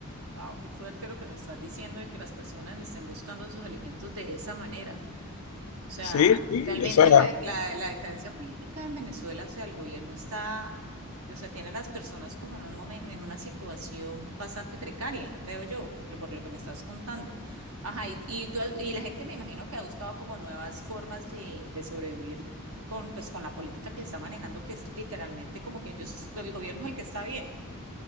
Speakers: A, on the right (about 75°); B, on the left (about 70°).
A: Wow, qué fuerte lo que me estás diciendo de que las personas estén buscando sus alimentos de esa manera. O sea,
B: Sí, sí,
A: realmente
B: o sea,
A: la, de- la, la decadencia política en Venezuela, o sea, el gobierno está, o sea, tiene a las personas como en un momento, en una situación bastante precaria, veo yo, por lo por lo que me estás contando. Ajá, y, y tú has- y la gente me imagino que ha buscado como nuevas formas de, de sobrevivir con, pues, con la política que está manejando, que es literalmente como que ellos, el gobierno es el que está bien.